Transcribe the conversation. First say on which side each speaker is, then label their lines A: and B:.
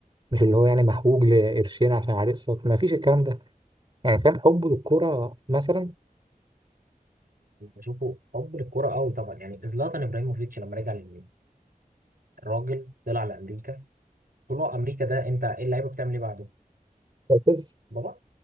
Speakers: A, on the right (about 35°); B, on the right (about 75°).
A: مش اللي هو يعني محوج لقرشين عشان عليه اقساط ما فيش الكلام ده يعني فاهم حبه للكورة مثلا
B: بشوفه حب للكرة قوي طبعا يعني زلاتان ابراهيموفيتش لما رجع للميلان الراجل طلع لامريكا طلوع امريكا ده انت ايه اللعيبه بتعمل ايه بعده؟
A: معتز.
B: بابا